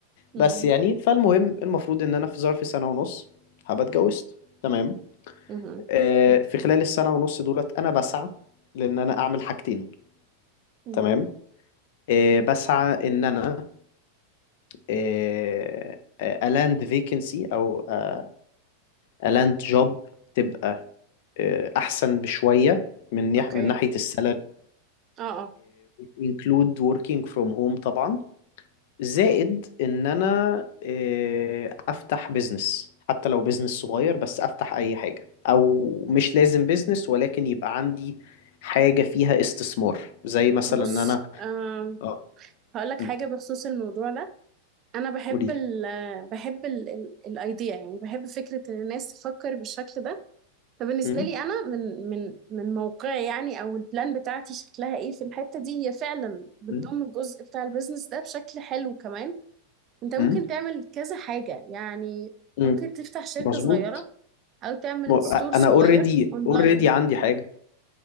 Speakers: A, on the right (about 35°); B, on the left (about 50°).
A: مم.
B: بس يعني فالمهم المفروض ان انا في ظرف سنة ونص هبقى اتجوزت تمام
A: مهم.
B: آه، في خلال السنة ونص دولت انا بسعى لان انا اعمل حاجتين
A: مهم.
B: تمام آه، بسعى ان انا آه، آه، الاند فيكنسي او آه، لاند جوب تبقى آه، احسن بشويه من يح-
A: اوكي
B: من ناحيه السالري
A: اه اه
B: انكلود وركينج فروم هوم طبعا زائد ان انا آه، افتح بزنس حتى لو بزنس صغير بس افتح اي حاجه او مش لازم بزنس ولكن يبقى عندي حاجه فيها استثمار زي مثلا
A: بص
B: ان انا
A: آم.
B: اه
A: هقول لك
B: مم.
A: حاجة بخصوص الموضوع ده أنا بحب
B: قولي لي
A: ال بحب ال الأيديا يعني بحب فكرة إن الناس تفكر بالشكل ده فبالنسبة
B: مم.
A: لي أنا من من من موقعي يعني أو البلان بتاعتي شكلها إيه في الحتة دي هي فعلا بتضم
B: مم.
A: الجزء بتاع البيزنس ده بشكل حلو كمان أنت ممكن
B: مم.
A: تعمل كذا حاجة يعني
B: مم.
A: ممكن تفتح شركة
B: مظبوط
A: صغيرة أو تعمل
B: م-
A: ستور صغير
B: انا اوريدي
A: أونلاين
B: اوريدي عندي حاجه